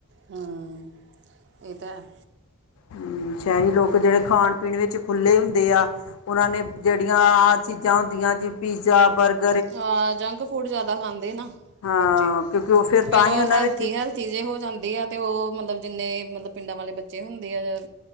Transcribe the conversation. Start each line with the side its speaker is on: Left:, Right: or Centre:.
Right: ਹਮ ਇਹ ਤਾਂ ਹੈ
Left: ਹਮ ਸ਼ਹਿਰੀ ਲੋਕ ਜਿਹੜੇ ਖਾਣ ਪਿੰਡ ਵਿੱਚ ਖੁੱਲੇ ਹੁੰਦੇ ਆ। ਉਹਨਾਂ ਨੇ ਜਿਹੜੀਆਂ ਆਹ ਚੀਜ਼ਾਂ ਹੁੰਦੀਆਂ ਜੀ, ਪੀਜ਼ਾ- ਬਰਗ
Right: ਅਹ ਜੰਕ ਫੂਡ ਜਿਆਦਾ ਖਾਂਦੇ ਨਾ,
Left: ਹਾਂ
Right: ਬੱਚੇ
Left: ਕਿਉਂਕਿ ਉਹ ਫਿਰ
Right: ਫੇਰ
Left: ਤਾਂ ਹੀ
Right: ਉਹ
Left: ਉਹਨਾਂ
Right: ਹੈਲਥੀ-ਹੈਲਥੀ
Left: ਵਿੱਚ
Right: ਜੇ ਹੋ ਜਾਂਦੇ ਆ ਤੇ, ਉਹ ਮਤਲਬ ਜਿੰਨੇ ਮਤਲਬ ਪਿੰਡਾਂ ਵਾਲੇ ਬੱਚੇ ਹੁੰਦੇ ਆ